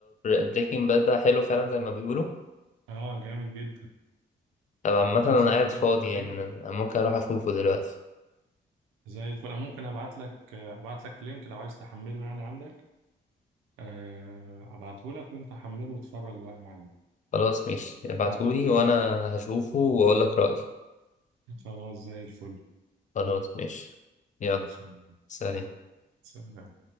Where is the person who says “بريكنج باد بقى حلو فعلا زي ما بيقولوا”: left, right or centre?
Left